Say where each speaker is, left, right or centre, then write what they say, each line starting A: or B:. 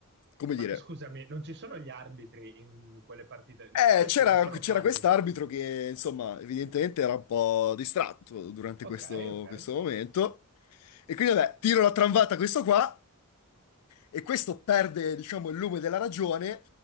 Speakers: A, on the left; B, on the right.
A: come
B: Ma
A: dire,
B: scusami, non ci sono gli arbitri in quelle partite?
A: eh,
B: Questi
A: c'era
B: non sono
A: c'era
B: falli.
A: quest'arbitro che, insomma, evidentemente era un po' distratto durante
B: Ok,
A: questo,
B: ok.
A: questo momento. E quindi, vabbè, tiro la tramvata a questo qua e questo perde, diciamo, il lume della ragione